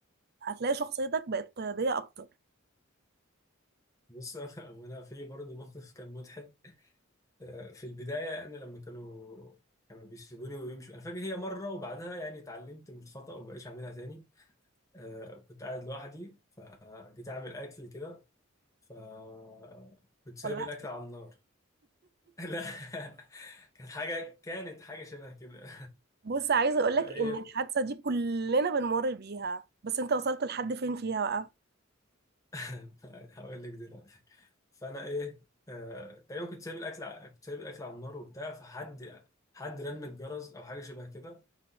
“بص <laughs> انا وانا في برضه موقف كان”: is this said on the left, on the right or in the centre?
Left